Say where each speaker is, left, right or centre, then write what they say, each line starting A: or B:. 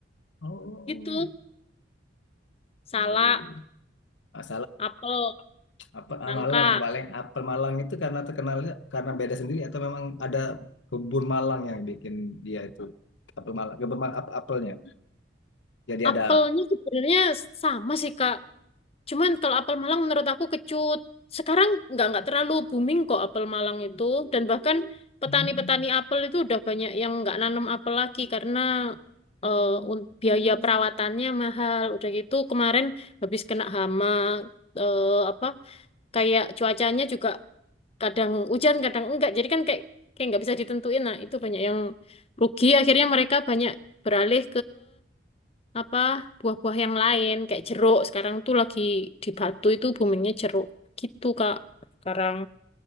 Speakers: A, on the left (about 70°); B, on the left (about 30°).
A: Oh,
B: gitu. Salak,
A: baru ini. Ah,
B: apel,
A: Apa ah,
B: nangka.
A: Malang paling apel Malang itu karena terkenalnya karena beda sendiri atau memang ada kebun Malang yang bikin dia itu apel Malang, kebun Malang, ap- apelnya. Jadi ada
B: Apelnya sebenarnya sama sih Kak, Cuman kalau apel Malang menurut aku kecut. Sekarang nggak nggak terlalu booming kok apel Malang itu dan bahkan petani-petani
A: hmm,
B: apel itu udah banyak yang nggak nanam apel lagi karena eh, un- biaya perawatannya mahal. Udah gitu kemarin habis kena hama eh, apa kayak cuacanya juga kadang hujan kadang enggak. Jadi kan kayak kayak nggak bisa ditentuin. Nah, itu banyak yang rugi akhirnya mereka banyak beralih apa buah-buah yang lain kayak jeruk sekarang tuh lagi di Batu itu boomingnya jeruk gitu Kak sekarang